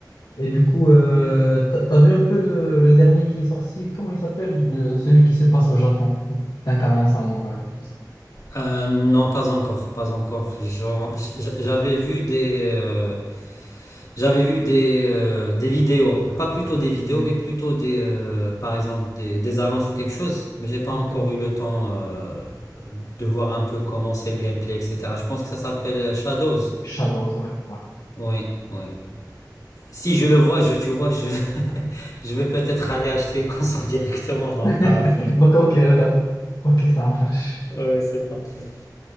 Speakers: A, on the left (about 70°); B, on the left (about 55°).
A: Et du coup, euh, t'as, t'as vu un peu le, le dernier qui est sorti, comment il s'appelle? Le, celui qui se passe au Japon, d'incarner un samouraï, et tout ça.
B: Euh, non, pas encore, pas encore. J'en- j'- J'avais vu des, euh, J'avais vu des, euh, des vidéos, pas plutôt des vidéos,
A: Mhm.
B: mais plutôt des, euh, par exemple des, des annonces ou quelque chose. Mais j'ai pas encore
A: Ok.
B: eu le temps euh, de voir un peu comment c'est le gameplay, etc. Je pense que ça s'appelle Shadows.
A: Shadows, ouais, ouais.
B: Oui, oui. Si je le vois, je, tu vois, je, <laughs> je vais peut-être aller acheter une console directement, donc
A: <laughs>
B: pas la peine.
A: Donc, ok, regarde. Ok, ça marche.
B: Oui, c'est parfait.